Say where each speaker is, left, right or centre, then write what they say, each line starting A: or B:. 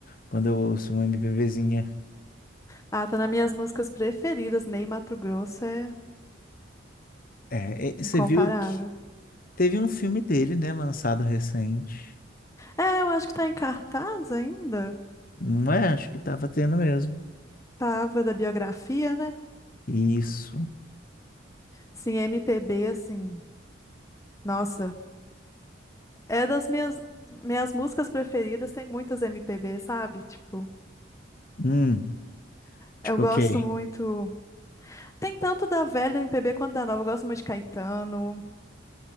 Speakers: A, on the left; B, on the left.
A: quando eu ouço uma MPBzinha.
B: Ah, tá nas minhas músicas preferidas. Ney Matogrosso é
A: É, e
B: incomparável.
A: você viu que teve um filme dele, né, lançado recente.
B: É, eu acho que tá em cartaz ainda.
A: Não é? Acho que tava tendo mesmo.
B: Tava da biografia, né?
A: Isso.
B: Sim, MPB, assim. Nossa, é das minhas, minhas músicas preferidas. Tem muitas MPB, sabe? Tipo,
A: Hum, tipo
B: eu gosto
A: o quê?
B: muito. Tem tanto da velha MPB quanto da nova. Eu gosto muito de Caetano.